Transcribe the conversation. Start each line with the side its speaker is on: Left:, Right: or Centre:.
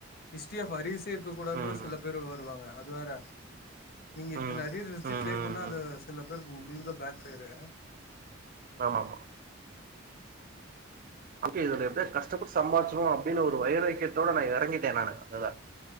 Left: ஹிஸ்டரி ஆஃப் அரியர்சே இருக்க கூடான்ற
Right: ம்
Left: சில பேரு வருவாங்க அது வேற நீங்க இத்தன
Right: ம் ம்
Left: அரியர் வெச்சிட்
Right: ம்
Left: கிளியர் பண்ணா அது
Right: ம்
Left: சில பேருக்கு உ உங்ளுகுதா பேக் ஃபேரு
Right: ஆமா ஆமா அப்டியே இதுல எப்டியாச்சி கஷ்டப்பட்டு சம்பாரிச்சிணு அப்டினு ஒரு வைராக்கியத்தோட நா எறங்கிட்டே நானு அதுல